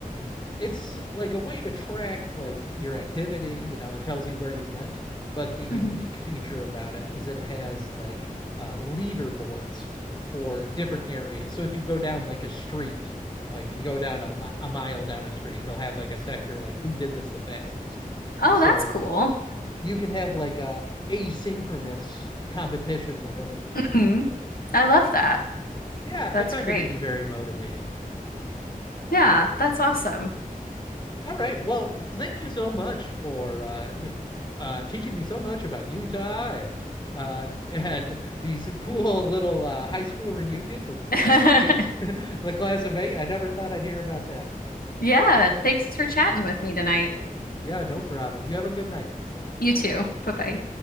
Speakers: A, on the left; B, on the left.
A: it's like a way to track like your activity you know it tells you where you went but the unique
B: hmm
A: feature about it is that it has like uh, leaderboards for different areas so if you go down like a street like you go down a, a mile down a street it'll have like a sector like who did this the fastest
B: Oh,
A: so
B: that's cool.
A: you can have like a asynchronous competition with other people
B: hmm I love
A: yeah
B: that.
A: yeah
B: That's
A: i find
B: great.
A: it to be very motivating
B: Yeah, that's awesome.
A: All right. Well, thank you so much for uh, d- uh, teaching me so much about Utah and uh, and these cool little uh, high school reunions with
B: <laughs>
A: uh, eight, <laughs> the class of eight. I never thought I'd hear about that.
B: Yeah, thanks for chatting with me tonight.
A: Uh, yeah, no problem. You have a good night.
B: You too. Bye bye.